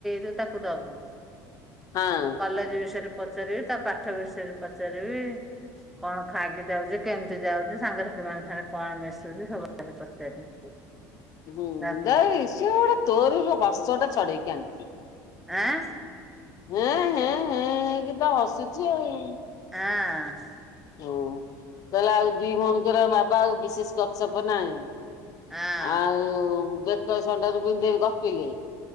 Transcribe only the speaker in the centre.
ତୁ ତାକୁ ଦବୁ।
କଲେଜ ବିଷୟରେ ପଚାରିବି ତା ପାଠ ବିଷୟରେ ପଚାରିବି। କଣ ଖକି ଯାଉଛି କେମତି ଯାଉଛି। ସେମାନଙ୍କ ସାଙ୍ଗରେ କଣ ମିଶୁଛି ସବୁ ପଚାରିବି।
ତାକୁ
ଆ?
ହଁ।
ହଁ।